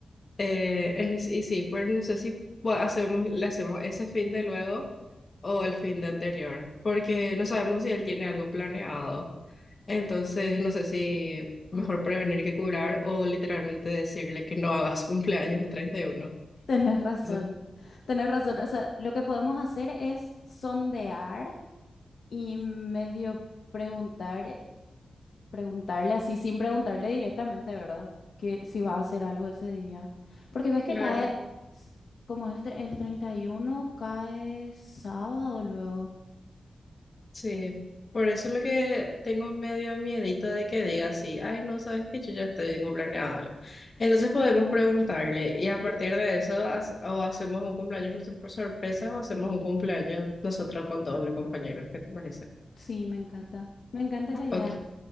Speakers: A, on the left (about 40°); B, on the left (about 65°).
A: Eh, es- y sí, pero no sé si bueno, hacemos, le hacemos ese fin de luego o el fin de anterior, porque no sabemos si él tiene algo planeado. Entonces, no sé si mejor prevenir que curar o literalmente decirle que no hagas cumpleaños el 31.
B: <laughs> Tenés razón,
A: Ese-
B: tenés razón. O sea, lo que podemos hacer es sondear y medio preguntar. preguntarle así, sin preguntarle directamente, ¿verdad? Que si va a hacer algo ese día. Porque ves que
A: Claro.
B: cae, s- como es el, tre- el treinta y uno cae sábado luego.
A: Sí, por eso es lo que tengo medio miedito de que diga así, ay, no sabes que yo ya estoy bien planeado algo. Entonces podemos preguntarle y a partir de eso hace- o hacemos un cumpleaños por por sorpresa o hacemos un cumpleaños nosotros con todos los compañeros, ¿qué te parece?
B: Sí, me encanta. Me encanta la idea.
A: Ok,